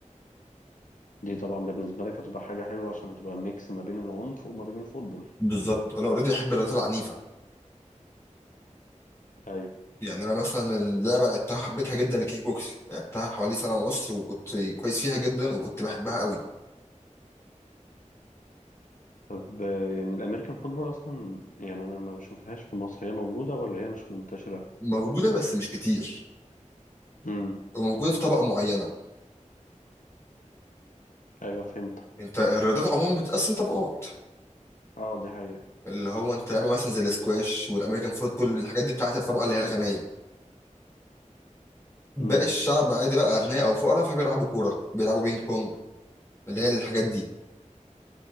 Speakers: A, on the left; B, on the left.
A: دي طبعا بالنسبه لك هتبقى حاجه حلوه عشان هتبقى ميكس ما بين العنف وما بين الفوتبول
B: بالظبط انا اوريدي احب الرياضات العنيفه
A: ايوه
B: يعني انا مثلا اللعبه اللي لعبتها حبيتها جدا الكيك بوكس لعبتها حوالي سنه ونص وكنت كويس فيها جدا وكنت بحبها قوي
A: طب آه، يعني الامريكان فوتبول اصلا يعني انا ما بشوفهاش في مصر هي موجوده ولا هي مش منتشره
B: موجوده بس مش كتير
A: امم
B: وموجوده في طبقه معينه
A: ايوه فهمت
B: انت الرياضات عموما بتتقسم طبقات
A: اه دي حقيقه
B: اللي هو انت لعبه مثلا زي الاسكواش والامريكان فوتبول الحاجات دي بتاعت الطبقه اللي هي الغنيه باقي
A: امم
B: الشعب عادي بقى اغنياء او فقراء فبيلعبوا كوره بيلعبوا بينج بونج اللي هي الحاجات دي